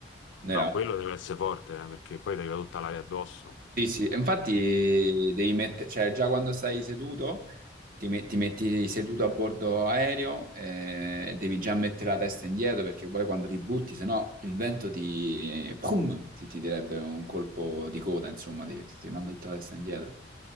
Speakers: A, on the right (about 50°); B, on the left (about 80°).
A: Noi
B: No,
A: eravamo
B: quello deve essere forte, eh, perché poi ti arriva tutta l'aria addosso.
A: Sì, sì, e infatti devi mettere, cioè già quando stai seduto, ti, met- ti metti seduto a bordo aereo, eh, devi già mettere la testa indietro perché poi quando ti butti, se no il vento ti, pum, ti, ti direbbe un colpo di coda, insomma, ti, ti- ti manda tutta la testa indietro.